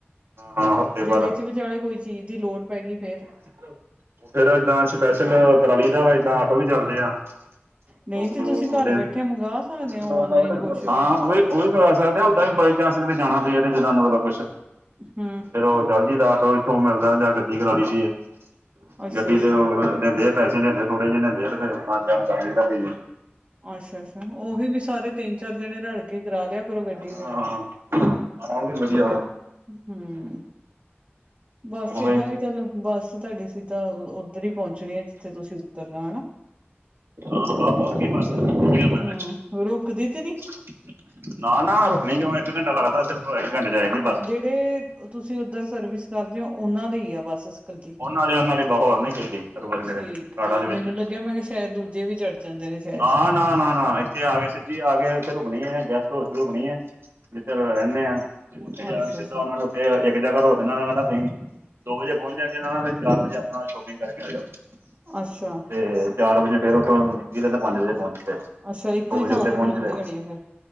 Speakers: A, on the right (about 75°); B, on the right (about 30°).
A: ਹਾਂ। ਹਫ਼ਤੇ
B: ਜੇ
A: ਬਾਅਦ
B: ਵਿੱਚ ਵਿਚਾਲੇ ਕੋਈ ਚੀਜ਼ ਦੀ ਲੋੜ ਪੈਗੀਈ ਫੇਰ
A: <unintelligible> ਫੇਰ ਏਦਾਂ ਸਪੈਸ਼ਲ ਕਰਾਲੀ ਦਾ ਵਾ ਏਦਾਂ ਆਟੋ ਵੀ ਚੱਲਦੇ ਆ। <unintelligible> ਉਹ <unintelligible>
B: ਨਹੀਂ ਤੇ ਤੁਸੀਂ ਘਰ ਬੈਠੇ ਮੰਗਵਾ ਸਕਦੇ ਹੋ ਔਨਲਾਈਨ ਕੁਛ
A: ਹਾਂ ਉਹ ਵੀ ਉਹ ਵੀ ਮੰਗਵਾ ਸਕਦੇ ਆ ਉਦਾਂ ਵੀ ਬਾਈ ਚਾਂਸ ਕਿਦੇ ਜਾਣਾ ਪਏ ਜਿੱਦਾਂ ਮਤਲਬ ਕੁਛ
B: ਹੁੰ,
A: ਫੇਰ ਉਹ ਚੱਲ ਜੀ ਦਾ ਆਟੋ ਇੱਥੋਂ ਮਿਲਦਾ ਜਾਂ ਗੱਡੀ ਕਰਾ ਲਈ ਦੀ ਈ <inaudible>
B: ਅੱਛਾ-ਅੱਛਾ।
A: ਗੱਡੀ ਤੇ ਊ ਲੈਂਦੇ ਪੈਸੇ ਲੈਂਦੇ ਥੋੜੇ ਜਿਹੇ ਲੈਂਦੇ ਆ ਫੇਰ ਆਨ ਜਾਣ ਕਰ ਲਈ ਦਾ ਐ ਬਈ
B: ਅੱਛਾ-ਅੱਛਾ, ਉਹੀ ਵੀ ਸਾਰੇ ਤਿੰਨ-ਚਾਰ ਜਣੇ ਰਲ ਕੇ ਕਰਾ ਲਿਆ ਕਰੋ ਗੱਡੀ
A: ਹਾਂ
B: ਫੇਰ।
A: ਹਾਂ ਊ ਵੀ ਵਧੀਆ ਉਹੋ
B: ਹੁੰ, <inaudible> ਬਸ
A: ਉਹੀ
B: ਏਦਾਂ ਵੀ ਚਲੋ ਬੱਸ ਤੁਹਾਡੀ ਸ ਤਾਂ ਉੱਧਰ ਹੀ ਪਹੁੰਚਣੀ ਏ ਜਿੱਥੇ ਤੁਸੀਂ ਉੱਤਰਨਾ ਹੈਨਾ।
A: ਹਾਂ ਪਹੁੰਚ ਗਈ ਬੱਸ ਪਹੁੰਚ ਗਿਆ ਮੈਂ
B: ਹੁੰ,
A: ਤੇ
B: ਰੁਕਦੀ ਤੇ ਨੀ।
A: <unintelligible> ਨਾ ਨਾ ਰੁਕਣੀ ਕਿਉਂ ਇੱਕ ਘੰਟਾ ਲੱਗਦਾ ਸਿਰਫ, ਇੱਕ ਘੰਟੇ ਚ ਆ ਜਾਂਦੀ ਬਸ।
B: ਐ ਤੁਸੀਂ ਉੱਧਰ ਸਰਵਿਸ ਕਰਦੇ ਹੋ ਉਹਨਾਂ ਦਾ ਹੀ ਆ ਬੱਸ <unintelligible>
A: ਉਹ ਨਾਲੇ ਉਹ ਨਾਲੇ ਬਹੁਤ ਹੋਰ ਨੀ ਕੀਤੀ ਸਰਵਰ ਜਿਹੜੇ
B: ਠੀਕ
A: ਕਾੜਾ
B: ਆ
A: ਦੇ
B: ਮੈਨੂੰ
A: ਵਿੱਚ
B: ਲੱਗਿਆ ਮੈਂ ਕਿਹਾ ਸ਼ਾਇਦ ਦੂਜੇ ਵੀ ਚੜ ਚ ਜਾਂਦੇ ਨੇ ਸ਼ਾਇਦ
A: ਹਾਂ ਨਾ ਨਾ ਨਾ ਇੱਥੇ ਆ ਕੇ ਸਿੱਧੀ ਆ ਕੇ ਇੱਥੇ ਰੁਕਣੀ ਏ, ਗੈਸਟ ਹਾਊਸ ਵੀ ਰੁਕਣੀ ਏ ਜਿੱਥੇ ਰਹਿੰਨੇ ਆਂ। ਉੱਥੇ ਜਾ
B: ਅੱਛਾ-ਅੱਛਾ,
A: ਕੇ ਸਿੱਧਾ ਉਹਨਾ ਨੂੰ ਉੱਥੇ ਇੱਕ ਜਗ੍ਹਾ ਰੋਕ ਦਿੰਣਾ ਉਹਨਾਂ ਕਹਿੰਣਾ ਤੁਸੀਂ <unintelligible> ਦੋ ਵਜੇ ਪਹੁੰਚ ਜਾ ਦੇ ਚਾਰ ਵਜੇ ਆਪਣਾ ਸ਼ੋਪਿੰਗ ਕਰਕੇ ਆ ਜਾਓ <unintelligible>
B: ਅੱਛਾ,
A: ਤੇ ਚਾਰ ਵਜੇ ਫੇਰ ਉਥੋਂ ਨਿਕਲੀ ਦਾ ਤੇ ਪੰਜ ਵਜੇ ਪਹੁੰਚਦਾ,
B: ਅੱਛਾ ਇੱਕੋ
A: ਦੋ
B: ਹੀ
A: ਵਜੇ
B: ਥਾਂ
A: ਉਥੇ
B: ਤੇ
A: ਪਹੁੰਚਦਾ
B: ਖਲੋਂਦੀ ਹੋਣੀ ਆ ਫੇਰ।